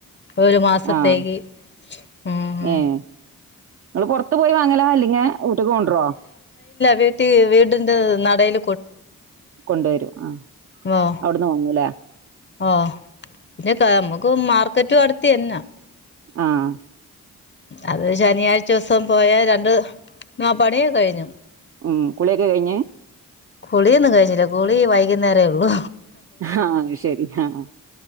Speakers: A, on the left; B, on the right.
A: ഒരു മാസത്തേക്ക്
B: ആഹ്
A: ഉ ഹ
B: ഏഹ് നിങ്ങള് പൊറത്ത് പോയി വാങ്ങലാ അല്ലിങ്ക ഊട്ട്ക്ക് കൊണ്ടാരോ
A: വീട്ടി വീടിന്റെ നഡെൽ
B: കൊണ്ടുവരും ആ
A: ഓ
B: അവിടുന്ന് വാങ്ങൂല്ലേ
A: ഓ പിന്നെക്ക നമുക്ക് മാർക്കറ്റ്അടുത്തന്നെ
B: ആഹ
A: അത് ശനിയാഴ്ച ദിവസം പോയ രണ്ട് ആ പണിയൊക്കെ കഴിഞ്ഞു
B: ഉം കുളിയൊക്കെ കഴിഞ്ഞ്
A: കുളി ഒന്നും കഴിഞ്ഞില്ല കുളി വൈകുനേരെ ഉള്ളൂ
B: ആഹ് ശരി ആഹ്